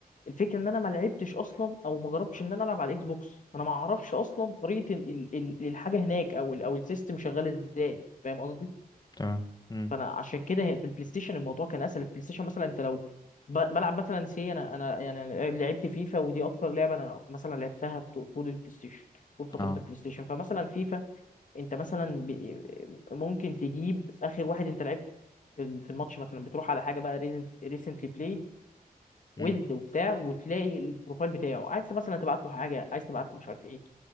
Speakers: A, on the left; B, on the left.
A: الفكره ان انا ما لعبتش اصلا او ما جربتش ان انا العب على الاكس بوكس انا ما اعرفش اصلا طريقه ال- ال- ال- الحاجه هناك او ال- او السيستم شغال ازاي فاهم قصدي
B: تمام مم.
A: فانا عشان كده هي- في البلاي ستيشن الموضوع كان اسهل البلاي ستيشن مثلا انت لو ب- بلعب مثلا سي انا انا يعني لعبت فيفا ودي اكتر لعبه انا مثلا لعبتها طو- طول البلاي ستيشن طول فترات
B: اه
A: البلاي ستيشن فمثلا فيفا انت مثلا ب... ممكن تجيب اخر واحد انت لعبته في ال- في الماتش مثلا بتروح على حاجه بقى ريسنت ريسنتلي بلايد ويز
B: مم.
A: وبتاع وتلاقي البروفايل بتاعه عايز مثلا تبعت له حاجه عايز تبعت له مش عارف ايه